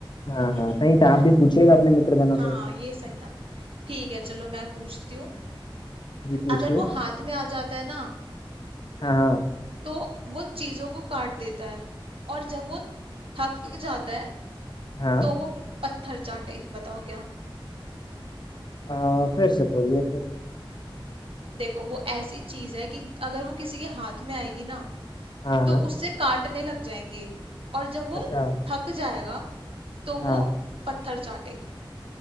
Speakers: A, on the left (about 55°); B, on the right (about 90°).
A: हाँ
B: <laughs>
A: सही था आप भी पूछिएगा अपने मित्र गणों से
B: हाँ ये सही था ठीक है चलो मैं पूछती हूँ
A: जी पूछिए
B: अगर वो हाथ में आ जाता है ना
A: हाँ हाँ
B: तो वो चीजों को काट देता है और जब वो थक जाता है
A: हाँ
B: तो वो पत्थर चाटे बताओ क्या
A: आ, फिर से बोलिए फिर
B: देखो वो ऐसी चीज है कि अगर वो किसी के हाथ में आएगी ना
A: हाँ
B: तो
A: हाँ
B: उससे काटने लग जाएंगे और जब वो
A: अच्छा
B: थक जाएगा तो वो
A: हाँ
B: पत्थर चाटे